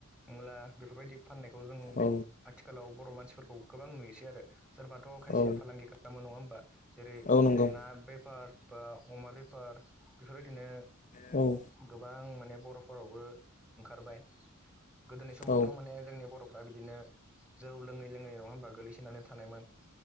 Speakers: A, in the centre; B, on the left (about 35°).
A: मुला बेफोरबायदि फाननायखौ जों
B: औ
A: आथिखालाव बर' मानसिफोरखौ गोबां नुयोसै आरो। सोरबाथ' खायसे
B: औ
A: फालांगि खालामो नङा होमबा जेरै,
B: औ नंगौ
A: ना बेफार बा अमा बेफार बेफोरबायदिनो
B: औ
A: गोबां माने बर'फोरावबो ओंखारबाय गोदोनि समावथ'
B: औ
A: माने जोंनि बर' फ्रा बिदिनो जौ लोङै-लोङै नङा होमबा गोगलैसोनानै थानायमोन।